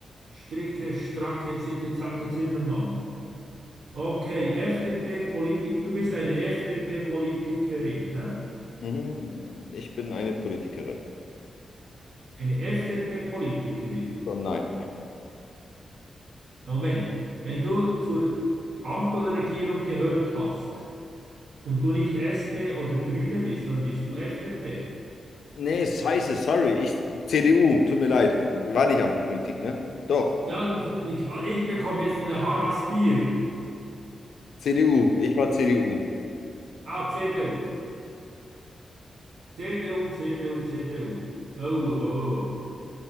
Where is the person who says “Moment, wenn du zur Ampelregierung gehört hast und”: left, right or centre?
Right